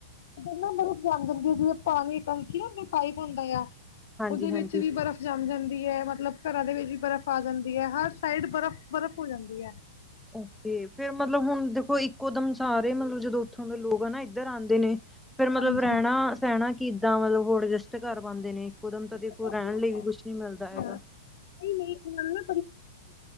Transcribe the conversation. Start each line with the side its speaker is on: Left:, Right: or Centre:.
Left: ਨਾਂ ਬ ਜਾਂ ਜਾਂਦੀ ਆ ਜਿਦੋਂ ਪਾਣੀ ਟੰਕੀ ਨਾ ਪਾਈਪ ਹੁੰਦਾ ਆ
Centre: ਹਾਂਜੀ-ਹਾਂਜੀ
Left: ਉਹਦੇ ਵਿੱਚ ਵੀ ਬਰਫ਼ ਜਮ ਜਾਂਦੀ ਮਤਲਬ ਘਰਾਂ ਦੇ ਵਿੱਚ ਵੀ ਬਰਫ਼ ਆ ਜਾਂਦੀ ਹੈ ਹਰ ਸਾਈਡ ਬਰਫ਼ ਬਰਫ਼ ਹੋ ਜਾਂਦੀ ਹੈ
Centre: ਓ ਫੇਿਰ ਮਤਲਬ ਹੁਣ ਦੇਖੋ ਇੱਕੋ ਦਮ ਸਾਰੇ ਮਤਲਬ ਜਦੋਂ ਉੱਥੋਂ ਦੇ ਲੋਕ ਆ ਨਾ ਇੱਧਰ ਆਉਂਦੇ ਨੇ ਫੇਿਰ ਮਤਲਬ
Left: ਹਾਂਜੀ
Centre: ਰਹਿਣਾ ਸਹਿਣਾ ਕਿੱਦਾਂ ਮਤਲਬ ਉਹ ਅਡਜਸਟ ਕਰ ਪਾਉਂਦੇ ਨੇ ਕੁਦਮ ਤਾਂ
Left: ਪਤਾ
Centre: ਦੇਖੋ
Left: ਕੀ
Centre: ਰਹਿਣ
Left: ਹੁੰਦਾ
Centre: ਲਈ ਵੀ ਕੁਛ ਨੀ ਮਿਲਦਾ ਹੈਗਾ
Left: ਹਾਂ ਨਹੀਂ ਨਹੀਂ ਇਹਨਾਂ ਨੇ ਨਾ